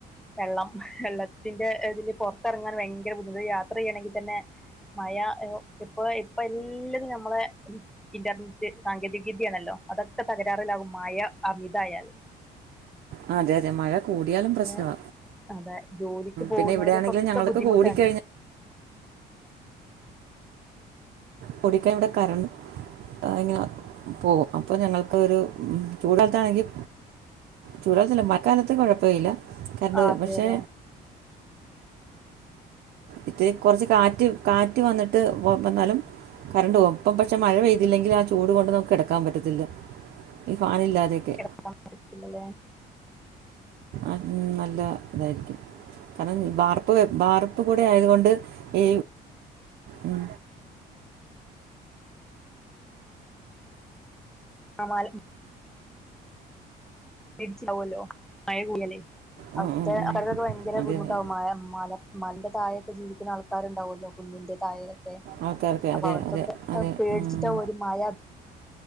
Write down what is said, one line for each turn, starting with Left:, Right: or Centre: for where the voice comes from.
Centre: വെള്ളം വെള്ളത്തിന്റെ ഇതിലിപ്പോ പൊറത്തിറങ്ങാൻ ഭയങ്കര ബുദ്ധിമുട്ട് യാത്ര ചെയ്യണങ്കിൽ തന്നെ മഴ ഇപ്പൊ ഇപ്പൊ എല്ലതും നമ്മളെ ഇന്റർനെറ്റ് സാങ്കേതിക വിദ്യയാണല്ലോ അതൊക്കെ തകരാറിലാകും മഴ അമിതായാൽ
Right: ആ അതെ അതെ മഴ കൂടിയാലും പ്രശ്നവ
Centre: ഏഹ് അതെ ജോലിക്ക് പോകുന്നവർക്കൊക്കെ
Right: പിന്നെ ഇവിടെയാണെങ്കിൽ ഞങ്ങളൊക്കെ
Centre: ബുദ്ധിമുട്ടാണ്
Right: കൂടി കഴിഞ്ഞാൽ കുടി കഴിഞ്ഞാൽ ഇവിടെ കറണ്ട് എങ്ങനെ പോകു അപ്പൊ ഞങ്ങൾക്ക് ഒരു ചൂടു കാലത്താണെങ്കിൽ ചൂട്കാലത്തല്ല മഴക്കാലത്ത് കുഴപ്പല്ല കരണ്ട്
Centre: ആഹ്
Right: പോയ
Centre: അതെല്ലേ
Right: പക്ഷെ ഇത്തിരി കുറച്ച് കാറ്റ് കാറ്റ് വന്നിട്ട് വന്നാലും കറണ്ട് പോവും ഇപ്പൊ പക്ഷെ മഴ പെയ്തില്ലെങ്കിൽ ആ ചൂട് കൊണ്ട് നമുക്ക് കിടക്കാൻ പറ്റത്തില്ല ഈ ഫാനില്ലാതെയൊക്കെ
Centre: കടക്കാൻ പറ്റില്ലല്ലേ
Right: അതേ നല്ല ഇതായിരിക്കും കാരണം ബാർപ്പ് ബാർപ്പ് കൂടെ ആയത്കൊണ്ട് ഈ ഉം
Centre: ആ <unintelligible> മേടിച്ചാവല്ലോ മഴ പോയല്ലേ
Right: ഉം,
Centre: അവിടുത്തെ
Right: ഉം.
Centre: അവർക്കൊക്കെ ഭയങ്കര
Right: അതെ
Centre: ബുധിമുട്ടാകും
Right: അതെ
Centre: മല മലന്റെ തായയൊക്കെ ജീവിക്കുന്ന ആൾ ആൾകാർണ്ടാവല്ലോ കുന്നിന്റെ തായക്കെ
Right: ആൾക്കാർക്ക്
Centre: അപ്പൊ
Right: അതെ
Centre: അവർക്കൊക്കെ
Right: അതെ അതെ
Centre: പേടിച്ചിട്ടാവും
Right: ആഹ്
Centre: ഒരു മഴ